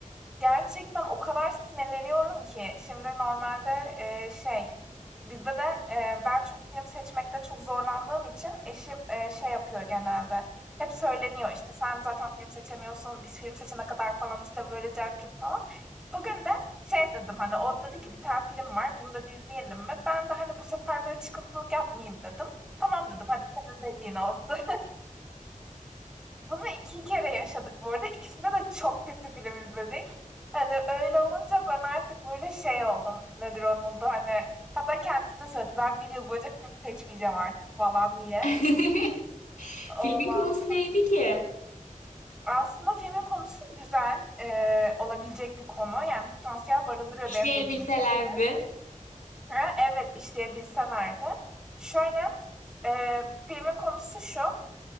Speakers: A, in the centre; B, on the left (about 70°).
A: Gerçekten o kadar sinirleniyorum ki şimdi normalde, eee, şey, bizde de, eee, ben çok film seçmekte çok zorlandığım için eşim, eee, şey yapıyor genelde, hep söyleniyor, işte, "Sen zaten film seçemiyorsun, biz film seçene kadar" falan, işte, böyle cart curt falan. Bugün de şey dedim, hani, o dedi ki, "Bir tane film var, bunu da izleyelim mi?" Ben de, hani, bu sefer böyle çıkıntılık yapmayayım dedim. "Tamam." dedim, "Hadi senin dediğin olsun." Bunu iki kere yaşadık bu arada. İkisinde de çok kötü film izledik. Hani öyle olunca ben artık böyle şey oldum. Nedir onun da hani. Hatta kendisi de söyledi. Ben bir yıl boyunca film seçmeyeceğim artık falan diye.
B: <laughs> Filmin
A: Olmaz.
B: konusu neydi ki?
A: Aslında filmin konusu güzel eee, olabilecek bir konu. Yani potansiyel barındırıyor
B: İşleyebilselerdi.
A: benim de ilgimi çekti. Ha, evet işleyebilseler de. Şöyle eee filmin konusu şu.